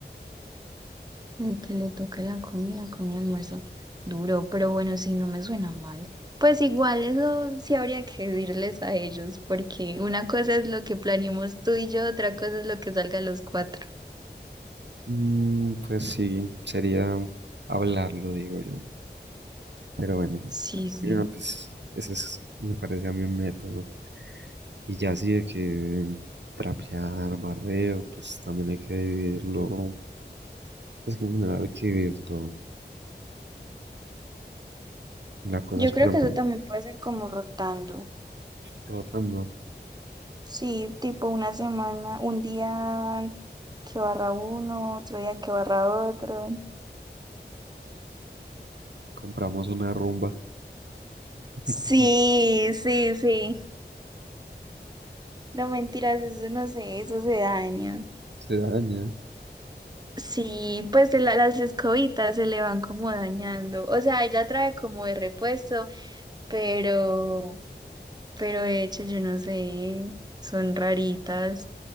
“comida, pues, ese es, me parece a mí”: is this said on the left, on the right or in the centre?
Right